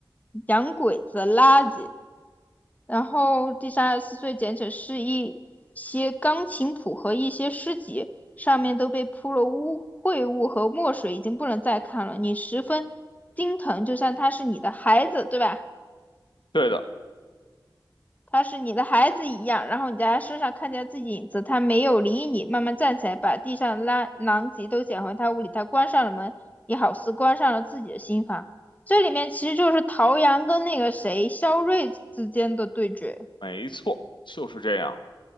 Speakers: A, on the left; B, on the left.
A: 洋鬼子、垃圾。然后第三十四岁简史是一些钢琴谱和一些诗集，上面都被铺了污秽物和墨水，已经不能再看了。你十分心疼，就像他是你的孩子，对吧？
B: 对的，
A: 他是你的孩子一样。然后你在他身上看见自己影子，他没有理你，慢慢站起来，把地上拉狼藉都捡回他屋里。他关上了门，也好似关上了自己的心房。这里面其实就是陶阳跟那个谁肖瑞之间的对决。
B: 没错，就是这样。